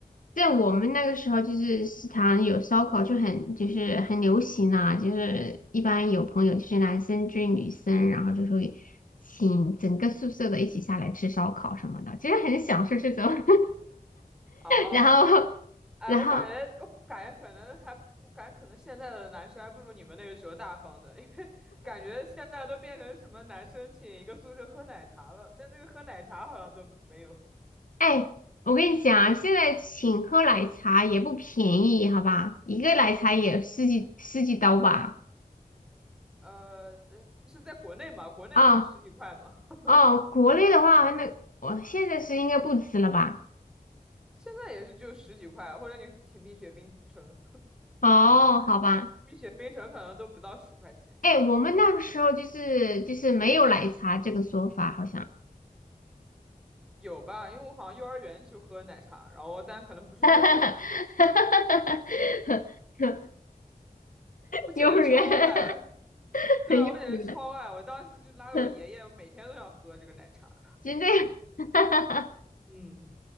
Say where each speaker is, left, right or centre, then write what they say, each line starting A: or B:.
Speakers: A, on the left; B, in the centre.
A: 在我们那个时候，就是食堂有烧烤，就很就是很流行啊，就是一般有朋友就是男生追女生，然后就会请整个宿舍的一起下来吃烧烤什么的，其实很享受这种。<laughs>
B: 哦，
A: 然后，
B: 哎，
A: 然后，
B: 我感觉我感觉可能还，我感觉可能现在的男生还不如你们那个时候大方的，<laughs> 因为感觉现在都变成什么男生请一个宿舍喝奶茶了，但这个喝奶茶好像都没有。
A: 哎，我跟你讲啊，现在请喝奶茶也不便宜，好吧，一个奶茶也十几十几刀吧。
B: 呃，呃不是在国内嘛，国内不就十几块吗？
A: 啊、
B: <laughs>
A: 哦，国内的话，那我现在是应该不吃了吧？
B: 现在也是就十几块，或者你请蜜雪冰城，
A: 哦，好吧。
B: 蜜雪冰城可能都不到十块钱。
A: 哎，我们那个时候就是就是没有奶茶这个说法，好像
B: 有吧？因为我好像幼儿园就喝奶茶，然后但可能不是那么火。
A: <laughs>
B: 我简直超爱，
A: 幼儿园，<laughs>
B: 对啊，
A: 幼儿园，
B: 我简直超爱。我当时就拉着我爷爷，
A: <laughs>
B: 我每天都想喝这个奶茶。
A: 真的，<laughs>
B: 嗯，